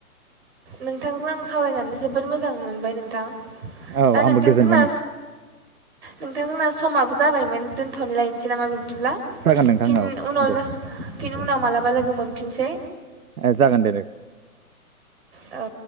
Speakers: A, on the right; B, on the right.
A: नोंथांजों आं सावरायनानै जोबोर मोजां मोनबाय नोंथां।
B: औ
A: दा
B: आंबो
A: नोंथां
B: गोजोनबाय
A: जोंना
B: नोंथां।
A: नोंथां जोंना समाबो जाबायमोन दोन्थ'नानै लायनोसै नामा बे। बिदिब्ला
B: जागोन नोंथां
A: फिन
B: औ
A: उनावनो
B: दे
A: फिन उनाव मालाबा लोगो मोनफिनसै।
B: ओ जागोन दे दे।
A: औ